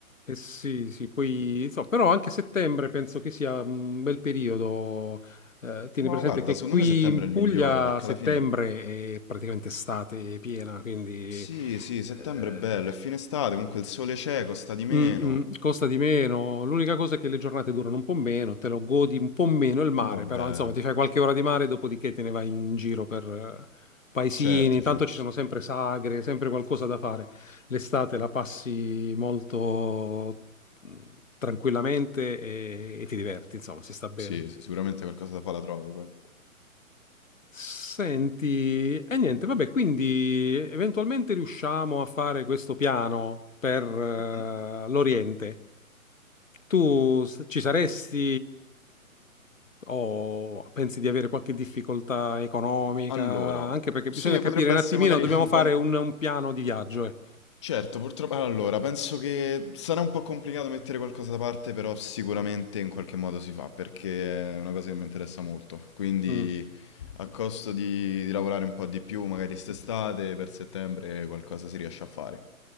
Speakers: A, on the left; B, on the left.
A: eh sì, sì, poi, insomma, però anche settembre penso che sia un bel periodo. Eh, tieni
B: Ma
A: presente
B: guarda,
A: che
B: secondo
A: qui
B: me settembre
A: in
B: è il
A: Puglia
B: migliore, perché
A: settembre
B: alla fine...
A: è praticamente estate piena, quindi...
B: Sì, sì, settembre
A: eh,
B: è bello, è fine estate, comunque il sole c'è, costa di meno.
A: Mm, mm, costa di meno. L'unica cosa è che le giornate durano un po' meno, te lo godi un po' meno il mare,
B: Eh vabbè,
A: però insomma ti fai qualche ora di mare, dopodiché te ne vai in giro per eh, paesini.
B: certo,
A: Tanto
B: certo.
A: ci sono sempre sagre, sempre qualcosa da fare. L'estate la passi molto mm, tranquillamente e, e ti diverti, insomma, si sta bene.
B: Sì, sì, sicuramente qualcosa da fare la trovi poi.
A: Senti, e niente, vabbè, quindi eventualmente riusciamo a fare questo piano per eh,
B: Mm?
A: l'Oriente. Tu s- ci saresti o pensi di avere qualche difficoltà economica?
B: Allora,
A: Anche perché
B: sì,
A: bisogna capire
B: potrebbe
A: un
B: essere
A: attimino,
B: magari
A: dobbiamo
B: <laughs> un
A: fare
B: po'... un-
A: un, un piano di viaggio. eh.
B: Certo, purtroppo... Allora, penso che sarà un po' complicato mettere qualcosa da parte, però sicuramente in qualche modo si fa, perché è una cosa che mi interessa molto. Quindi,
A: Mm.
B: a costo di, di lavorare un po' di più, magari st'estate, per settembre, qualcosa si riesce a fare.